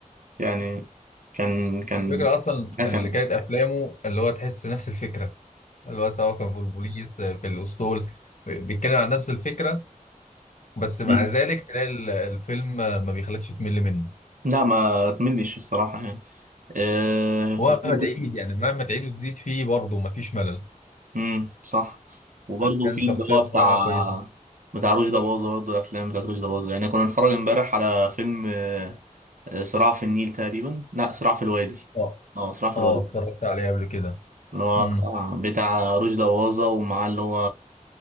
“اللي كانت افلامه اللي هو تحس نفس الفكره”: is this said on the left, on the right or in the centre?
Left